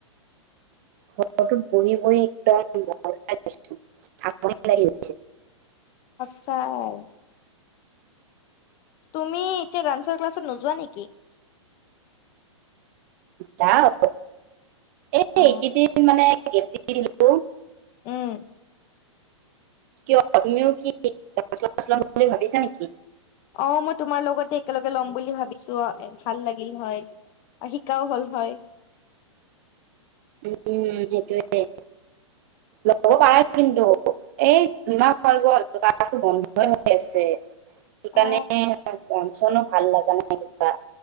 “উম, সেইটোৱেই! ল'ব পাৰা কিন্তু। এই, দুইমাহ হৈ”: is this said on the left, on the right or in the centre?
Right